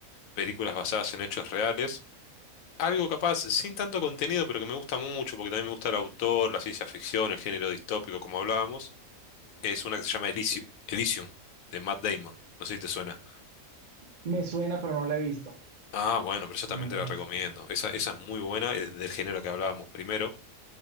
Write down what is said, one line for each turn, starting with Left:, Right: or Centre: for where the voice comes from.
Left: películas basadas en hechos reales. Algo capaz, sin tanto contenido, pero que me gusta mucho, porque también me gusta el autor, la ciencia ficción, el género distópico, como hablábamos, es una que se llama Elysium, Elysium, de Matt Damon. No sé si te suena.
Right: Me suena, pero no la he visto.
Left: Ah, bueno, pero esa también
Right: No la
Left: te la
Right: he visto.
Left: recomiendo. Esa, esa es muy buena, es del género que hablábamos primero.